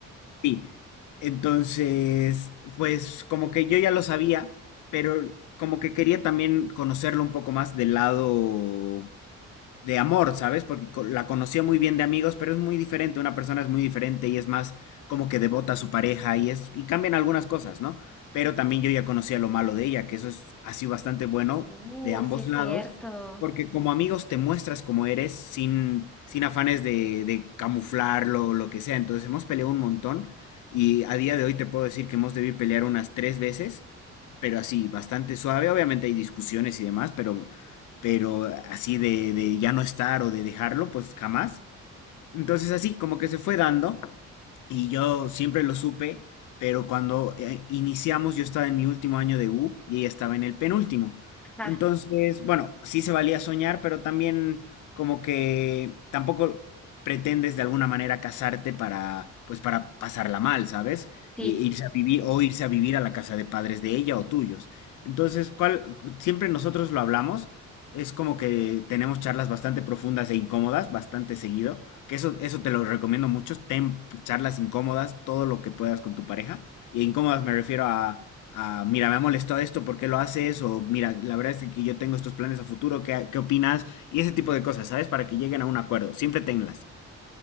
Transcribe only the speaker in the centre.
Uh,
sí es
cierto.
Ajá,
sí,